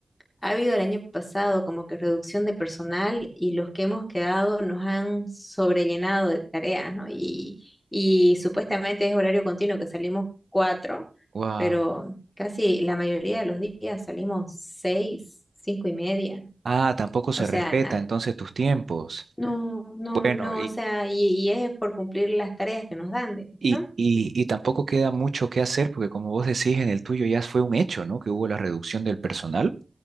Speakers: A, on the left; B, on the right.
A: ha habido el año pasado como que reducción de personal y los que hemos quedado nos han sobrellenado de tareas, ¿no? Y, y supuestamente es horario continuo que salimos cuatro,
B: Wow.
A: pero casi la mayoría de los días salimos seis, cinco y media.
B: Ah, tampoco se
A: O sea,
B: respeta entonces tus tiempos.
A: no, no,
B: Bueno,
A: no,
B: y,
A: o sea, y, y es por cumplir las tareas que nos dan, de-
B: y,
A: ¿no?
B: y, y tampoco queda mucho que hacer porque como vos decís, en el tuyo ya fue un hecho, ¿no? Que hubo la reducción del personal.